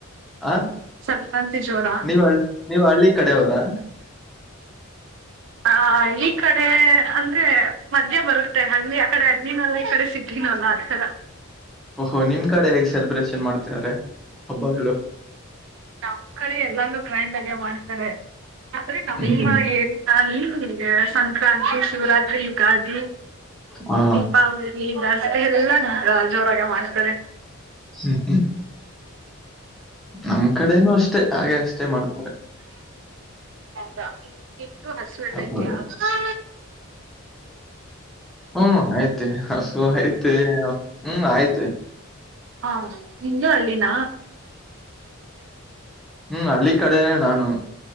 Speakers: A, in the centre; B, on the right (about 55°).
A: ಆ
B: ಸಂಕ್ರಾಂತಿ ಜೋರಾ
A: ನೀವ್ ಹಳ್ ನೀವ್ ಹಳ್ಳಿ ಕಡೆಯವರಾ
B: ಹ ಹಳ್ಳಿ ಕಡೆ ಅಂದ್ರೆ ಮದ್ಯ ಬರುತ್ತೆ ಹಳ್ಳಿ ಆ ಕಡೆ ಹಳ್ಳ ಮಲ್ಲ ಈ ಕಡೆ ಸಿಟಿ ಇನ್ನಲ್ಲ ಆ್ತರ
A: ಓಹೋ ನಿಮ್ ಕಡೆ ಹೇಗೆ ಸೆಲೆಬ್ರೇಷನ್ ಮಾಡ್ತಿದ್ದಾರೆ ಹಬ್ಬಗಳು?
B: ನಮ್ಮ್ ಕಡೆ ಎಲ್ಲಾನ ಗ್ರ್ಯಾಂಡ್ ಆಾಗ್ಯ ಮಾಡ್ತಾರೆ <unintelligible> ಆದ್ರೆ ನಮ್ಮ
A: ಹ್ಮ್ ಹ್ಮ್
B: ಏರುತ ಅಲ್ಲಿ ಈಗ ಸಂಕ್ರಾಂತಿ ಶಿವರಾತ್ರಿ ಯುಗಾದಿ
A: ಹಾ
B: ದೀಪಾವಳಿ ಎಲ್ಲ ಜೋರಾಗ ಮಾಡ್ತಾರೆ
A: ಹ್ಮ್ ನಮ್ ಕಡೆನೂ ಅಷ್ಟೇ ಹಾಗೆ ಅಷ್ಟೇ ಮಾಡ್ತಾರೆ <unintelligible>
B: ಟಾ ಇಪ್ಪ ಹಸ್ಬಂಡ
A: ಹಬ್ಬಗಳು.
B: ಹ
A: ಹ್ಮ್ ಆಯ್ತ ಹಸು ಆಯ್ತ ಹ್ಮ್ ಆಯ್ತ
B: ಹಾ ನೀನ್ದು ಹಳ್ಳಿನ
A: ಹ್ಮ್ ಹಳ್ಳಿ ಕಡೆನೆ ನಾನು